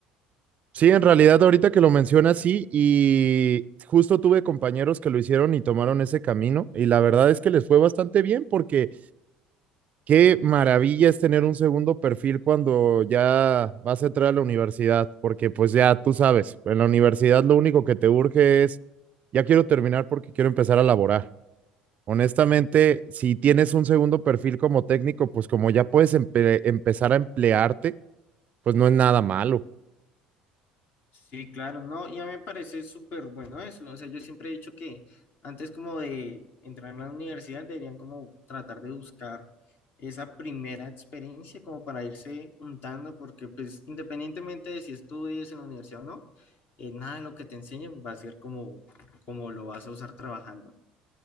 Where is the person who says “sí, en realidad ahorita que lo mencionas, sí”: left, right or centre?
Right